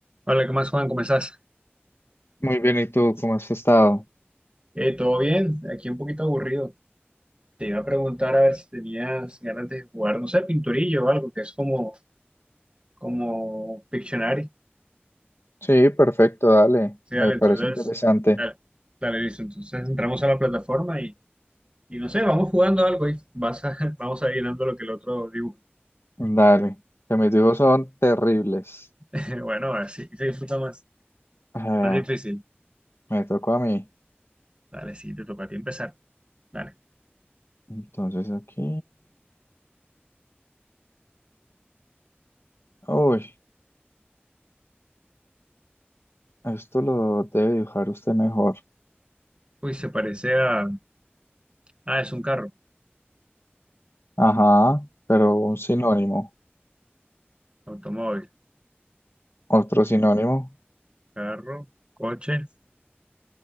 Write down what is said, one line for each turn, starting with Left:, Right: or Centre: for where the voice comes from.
Right: Hola, ¿qué más, Juan? ¿Cómo estás?
Left: Muy bien, ¿y tú cómo has estado?
Right: Eh, ¿todo bien? Aquí un poquito aburrido. Te iba a preguntar a ver si tenías ganas de jugar, no sé, pinturillo o algo, que es como, como Pictionary.
Left: Sí, perfecto, dale.
Right: Sí,
Left: Me
Right: dale,
Left: parece
Right: entonces,
Left: interesante.
Right: dale, dale, listo. Entonces entramos a la plataforma y, y no sé, vamos jugando algo y vas a, <laughs> vamos a ir dando lo que el otro dibuja.
Left: Dale. Que mis dibujos son terribles.
Right: <laughs> Bueno, así se disfruta más.
Left: Eh,
Right: Más difícil.
Left: me tocó a mí.
Right: Dale, sí, te toca a ti empezar. Dale.
Left: Entonces aquí. Uy, esto lo debe dibujar usted mejor.
Right: Uy, se parece a... Ah, es un carro.
Left: Ajá, pero un sinónimo.
Right: Automóvil.
Left: Otro sinónimo.
Right: Carro, coche,